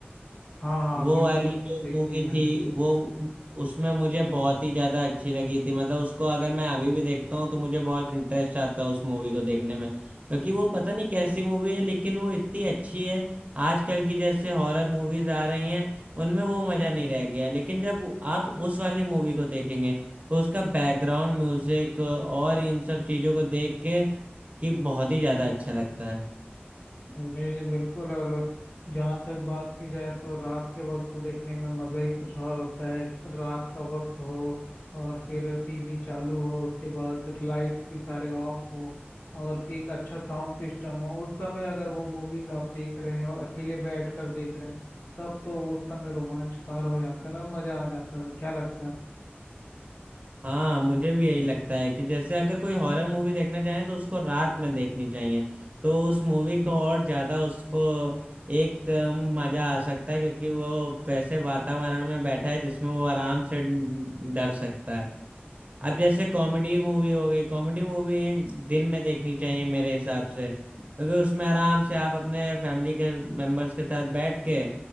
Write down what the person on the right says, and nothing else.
वो
वाली
जो
मूवी
थी वो उसमें मुझे बहुत ही ज्यादा अच्छी लगी थी मतलब उसको अगर मैं अभी भी देखता हूँ तो मुझे बहुत इंटरेस्ट आता है उस मूवी को देखने में क्योंकि वो पता नहीं कैसी मूवी है लेकिन वो इतनी अच्छी है आजकल की जैसे हॉरर मूवीज आ रही हैं उनमें वो मजा नहीं रह गया है। लेकिन जब आप उस वाली मूवी को देखेंगे तो उसका बैकग्राउंड म्यूजिक और इन सब चीजों को देख के कि बहुत ही ज्यादा अच्छा लगता है
हाँ मुझे भी यही लगता है कि जैसे अगर कोई हॉरर मूवी देखना चाहे तो उसको रात में देखनी चाहिए तो उस मूवी को और ज्यादा उसको एक अ, मजा आ सकता है क्योंकि वो वैसे वातावरण में बैठा है जिसमें वो आराम से डर सकता है अब जैसे कॉमेडी मूवी हो गई कॉमेडी मूवी दिन में देखनी चाहिए मेरे हिसाब से क्योंकि उसमें आराम से आप अपने फैमिली के मेंबर्स के साथ बैठ के